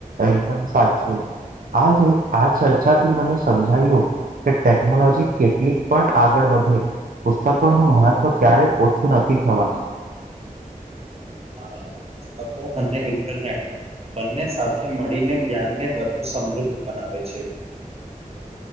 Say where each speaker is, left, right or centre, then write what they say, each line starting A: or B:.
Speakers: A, on the right (about 80°); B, on the right (about 45°).
A: એકદમ સાચું આજ આ ચર્ચાથી મને સમજાયું કે ટેકનોલોજી કેટલીક પણ આગળ વધે પુસ્તકો નું મહત્વ ક્યારે ઓછું નથી થવાનુ.
B: હા, પુસ્તકો અને ઇન્ટરનેટ, બંને સાથે મળીને જ્ઞાન ને વધુ સમ વૃદ્ધ બનાવે છે.